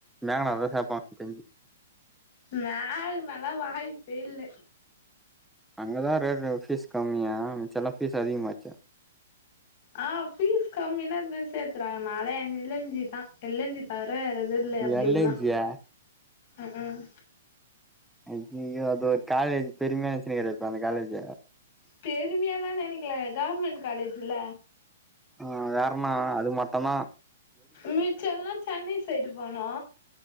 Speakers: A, in the centre; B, on the left.
A: மேகனாதா சேப்பா தெஞ்சு
B: மேகனாலா வாயிப்பே இல்ல
A: அங்கதா ரேட் ஃபீஸ் கம்மியா மிச்சல்லா ஃபீஸ் அதிகமாச்சே
B: ஆ ஃபீஸ் கம்மினா இந்த சேத்தறாங்க நாலா எல்லஞ்சிதா எல்லஞ்சி தவிர வேறெதுன் இல்ல அப்டில்னா
A: எல் என் ஜியா
B: ம் ம்
A: ஐயய்யோ அது ஒரு காலேஜ் பெருமையா நென்ச்சினுகுற இப்ப அந்த காலேஜ
B: பெருமியாலா நெனகில கவுர்மெண்ட் காலேஜ் இல்ல
A: ம் வேறென்னா அது மட்டுந்தா
B: மிச்செல்லா சென்னை சைடு போனோ